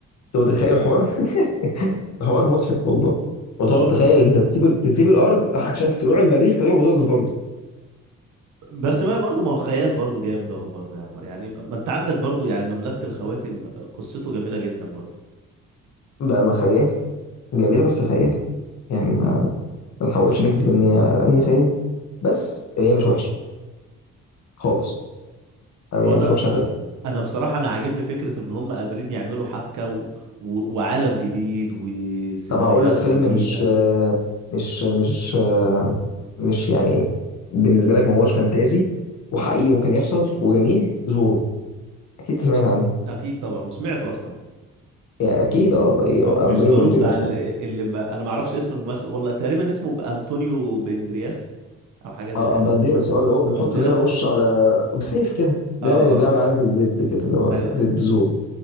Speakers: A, on the left (about 60°); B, on the right (about 75°).
A: انت متخيل الحوار <laughs> الحوار مضحك والله وتقعد
B: هو
A: تخيل انت تسيب تسيب الارض <laughs> عشان تروح المريخ تاكل بطاطس برضه
B: بس ما برضه ما هو خيال برضه جامد اهو برضه يا عمر يعني ما انت عندك برضه يعني مملكة الخواتم قصته جميلة جدا برضه
A: بقى ما خيال جميله بس خيال يعني ما ما نحاولش نكذب ان هي اي خيال بس هي مش وحشه خالص يعني
B: هو
A: هي
B: انا
A: مش وحشه ابدا
B: انا بصراحة انا عاجبني فكرة ان هم قادرين يعملوا حبكة و... و... وعالم جديد وسيناريوهات
A: طب هقول لك فيلم
B: جديده
A: مش مش مش مش يعني بالنسبه لك ما هوش فانتازي وحقيقي ممكن يحصل وجميل زورو اكيد سمعت عنه
B: اكيد طبعا وسمعته اصلا
A: يعني اكيد اه يعني
B: م... مش
A: اندونيو
B: زورو
A: بانديروس
B: بتاع ال...
A: مثلا
B: اللي ما... انا ما اعرفش اسم الممثل والله تقريبا اسمه انطونيو بندرياس او حاجة زي
A: اه
B: كده
A: آه، بانديروس اه اللي هو بيحط
B: بنديراس
A: دايما وش على بسيف كده دايما
B: اه
A: يقوم جاي
B: اه
A: عامل علامه الزد كده اللي هو
B: ايوه
A: زد زورو